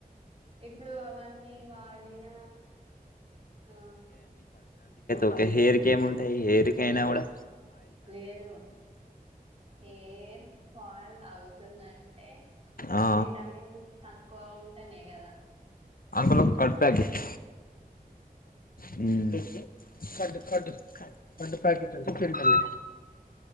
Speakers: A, on the right (about 40°); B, on the left (about 65°).
A: ఇప్పుడు వన్నీ వాడిన ఆ
B: ఒక హెర్ ఎం ఉంటాయ్ హెయిర్ కి అయినకుండా
A: లేదు హెయిర్ ఫాల్ అవుతుందంటే
B: ఆ
A: విటమిన్ తక్కువ ఉంటానే కదా
B: అంకుల్ ఒక curd packet hmm curd curd curd curd packet ఉంటే పెరుగన్నం